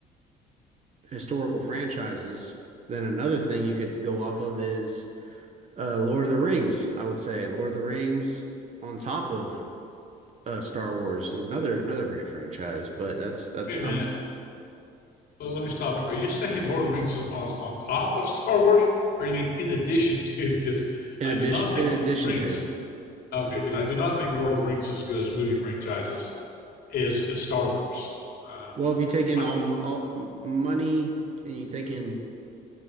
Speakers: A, on the right (about 40°); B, on the left (about 65°).
A: historical franchises, then another thing you could go off of is uh, Lord of the Rings. I would say Lord of the Rings on top of uh, Star Wars, another another great franchise. But that's that's
B: Wait a
A: um
B: minute, but let me stop you. Are you saying Lord of the Rings is on is on top of Star Wars, or you mean in addition to? <laughs> Because
A: in
B: I
A: addition
B: do not think
A: in addition
B: Lord of the Rings.
A: to.
B: Okay, because I do not think Lord of the Rings is as good as movie franchises is, is Star Wars. Um,
A: Well, if you take in
B: I-
A: all, m- all m- money and you take in